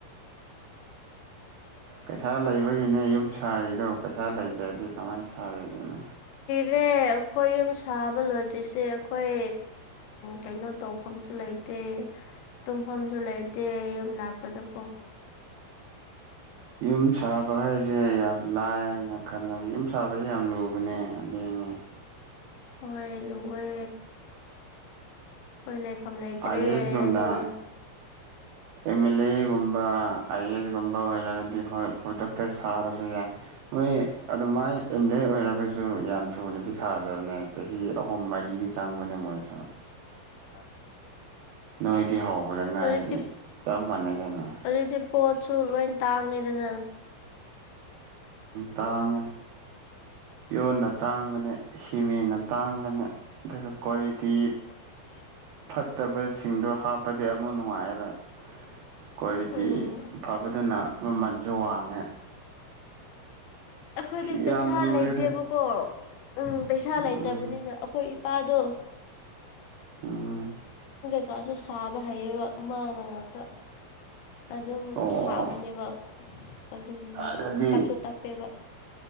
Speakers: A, on the right; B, on the left.
A: ꯄꯩꯁꯥ ꯂꯩꯕꯒꯤꯅꯦ ꯌꯨꯝ ꯁꯥꯔꯤꯗꯣ ꯄꯩꯁꯥ ꯂꯩꯇ꯭ꯔꯗꯤ ꯀꯃꯥꯏꯅ ꯁꯥꯔꯤꯗꯅꯣ
B: ꯔꯦ ꯑꯩꯈꯣꯏ ꯌꯨꯝ ꯁꯥꯕ ꯂꯣꯏꯗ꯭ꯔꯤꯁꯦ ꯑꯩꯈꯣꯏ ꯀꯩꯅꯣ ꯇꯧꯐꯝꯁꯨ ꯂꯩꯇꯦ ꯇꯨꯝꯐꯝꯁꯨ ꯂꯩꯇꯦ ꯌꯨꯝ ꯂꯥꯛꯄꯗꯀꯣ
A: ꯌꯨꯝ ꯁꯥꯕ ꯍꯥꯏꯁꯦ ꯌꯥꯝ ꯂꯥꯏꯅ ꯈꯜꯂ ꯌꯨꯝ ꯁꯥꯕꯁꯦ ꯌꯥꯝ ꯂꯨꯕꯅꯦ ꯑꯗꯨꯏꯅꯦ
B: ꯍꯣꯏ ꯂꯨꯋꯦ ꯑꯩꯈꯣꯏ ꯂꯩꯐꯝ ꯂꯩꯇ꯭ꯔꯦ
A: ꯑꯥꯏ ꯑꯦꯁꯀꯗ
B: ꯑꯗꯨꯅ
A: ꯑꯦꯝ ꯑꯦꯜ ꯑꯦꯒꯨꯝꯕ ꯑꯥꯏ ꯑꯦ ꯑꯦꯁꯒꯨꯝꯕ ꯑꯣꯏꯔꯒꯗꯤ ꯍꯣꯏ ꯈꯨꯗꯛꯇ ꯁꯥꯔꯁꯨ ꯌꯥꯏ ꯑ <unintelligible> ꯑꯗꯣ ꯃꯥꯏ ꯑꯦꯝ ꯑꯦ ꯑꯦ ꯑꯣꯏꯔꯒꯁꯨ ꯌꯥꯝ ꯊꯨꯅꯗꯤ ꯁꯥꯗꯕꯅꯦ ꯆꯍꯤ ꯑꯍꯨꯝ ꯃꯔꯤꯗꯤ ꯆꯪꯕꯅꯦ ꯃꯣꯏꯁꯨ
B: ꯑ <inaudible>
A: ꯅꯣꯏꯗꯤ ꯍꯧꯕꯗ ꯉꯥꯏꯗꯤ
B: ꯍꯧꯖꯤꯛꯇꯤ
A: ꯆꯞ ꯃꯥꯟꯅꯩ ꯀꯩꯅꯣ
B: ꯍꯧꯖꯤꯛꯇꯤ ꯄꯣꯠꯁꯨ ꯂꯣꯏ ꯇꯥꯡꯉꯦꯗꯅ
A: ꯇꯥꯡꯉ ꯌꯣꯟꯅ ꯇꯥꯡꯕꯅꯦ ꯁꯤꯃꯦꯟꯅ ꯇꯥꯡꯕꯅꯦ ꯑꯗꯨꯒ ꯀ꯭ꯋꯥꯂꯤꯇꯤ
B: <inaudible>
A: ꯐꯠꯇꯕꯁꯤꯡꯗꯣ ꯍꯥꯞꯄꯗꯤ ꯑꯃꯨꯛ ꯅꯨꯡꯉꯥꯏꯔꯣꯏ ꯀ꯭ꯋꯥꯂꯤꯇꯤ
B: ꯎꯝ
A: ꯐꯕꯗꯨꯅ ꯃꯃꯜꯁꯨ ꯋꯥꯡꯉꯦ
B: ꯑꯩꯈꯣꯏꯗꯤ
A: ꯁꯤ
B: ꯄꯩꯁꯥ
A: ꯌꯥꯝ ꯂꯨꯔꯦꯗ
B: ꯂꯩꯇꯦꯕꯀꯣ ꯎꯝ ꯄꯩꯁꯥ
A: ꯎꯝ
B: ꯂꯩꯇꯕꯅꯤꯅ ꯑꯩꯈꯣꯏ ꯄꯥꯗꯣ
A: ꯑꯥ
B: ꯀꯀꯥꯁꯨ ꯁꯥꯕ ꯍꯩꯌꯦꯕ ꯃꯥꯅ ꯉꯥꯛꯇ ꯑꯗꯨꯝ
A: ꯑꯣ
B: ꯁꯥꯕꯅꯦꯕ ꯑꯗꯨꯒꯤꯅꯦ
A: ꯑꯗꯨꯗꯤ
B: ꯇꯞꯁꯨ ꯇꯞꯄꯦꯕ